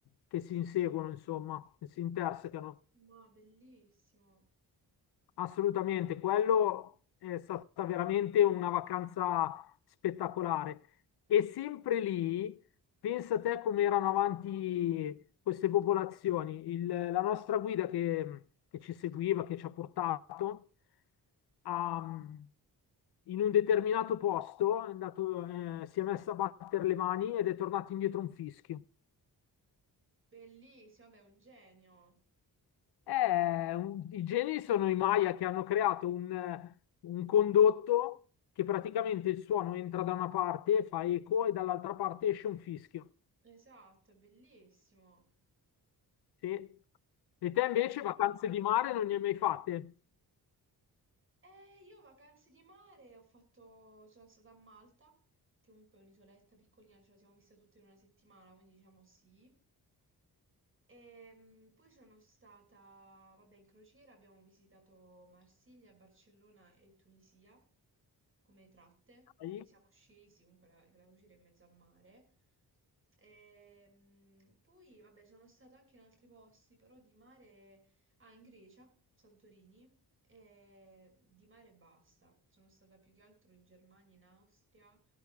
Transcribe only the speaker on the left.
che si inseguono, insomma, che si intersecano.
Assolutamente, quello è stata veramente una vacanza spettacolare. E sempre lì, pensa te come erano avanti queste popolazioni. Il- la nostra guida che, che ci seguiva, che ci ha portato, ha- in un determinato posto è andato, eh, si è messa a battere le mani ed è tornato indietro un fischio.
Eh, un- i geni sono i Maya che hanno creato un, un condotto che praticamente il suono entra da una parte, fa eco e dall'altra parte esce un fischio.
Sì. E te
invece
vacanze
di mare non ne hai mai fatte?
Dai.